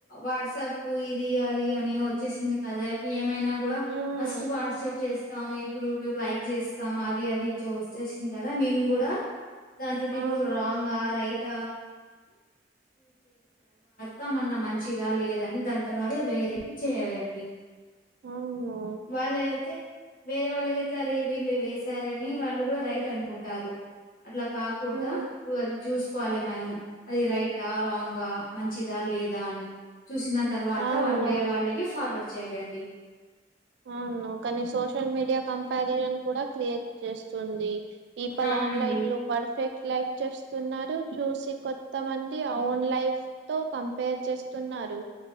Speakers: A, on the left (about 50°); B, on the right (about 75°).
A: వాట్సాప్ ఇది అది అని వ వచ్చెసింది కద ఏమైన కూడ
B: ఉమ్
A: ఫస్ట్ వాట్సప్ చేస్తాము ఇప్పుడు లైక్ చేస్తాము అది అది చూస్త వచ్చెసింది కదా మేము కూడా దాంతో
B: ఆ
A: ఇప్పుడు రాంగా రైట సంమధ మంచిదా లేదా అని దాని తర్వాత వేరకి చేయాలండి.
B: అవును
A: వాళ్ళైతే వేరే వాళ్ళకైతేరే వీళ్ళు వేసారని వాళ్ళు కూడా రైట్ అనుకుంటారు అట్లా కాకూడద
B: ఉమ్
A: నువ్వు అది చూసుకోవాలి మనము అది రైటా రాంగా మంచిదా లేదా అని చూసిన తర్వాత
B: అవును
A: వాళ్ళు వేరే వాళ్ళకి ఫార్వర్డ్ చేయాలండి.
B: అవును కానీ సోషల్ మీడియా కంపారిజన్ కూడా క్రియేట్ చేస్తుంది. ఈ ఫల్
A: అవునండి
B: ఆన్లైన్లు పర్ఫెక్ట్ లైక్ చేస్తున్నారు చూసి కొత్తమంది ఓన్ లైఫ్ తో కంపేర్ చేస్తున్నా రు